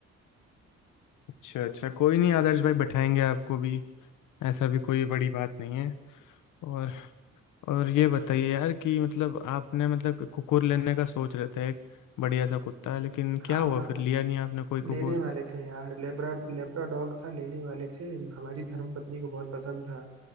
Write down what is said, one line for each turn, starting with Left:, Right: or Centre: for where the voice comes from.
Left: अच्छा अच्छा कोई नहीं आदर्श भाई बैठाएंगे आपको भी ऐसा भी कोई बड़ी बात नहीं है और और ये बताइए यार कि मतलब आपने मतलब कुकुर लेने का सोच रहे थे एक बढ़िया सा कुत्ता लेकिन
Right: हाँ
Left: क्या हुआ
Right: हाँ
Left: फिर लिया नहीं आपने कोई कुकुर
Right: लेने वाले थे यार लेब्रा लेब्रा डॉग था लेने वाले थे हमारी धर्म पत्नी को बहुत पसंद था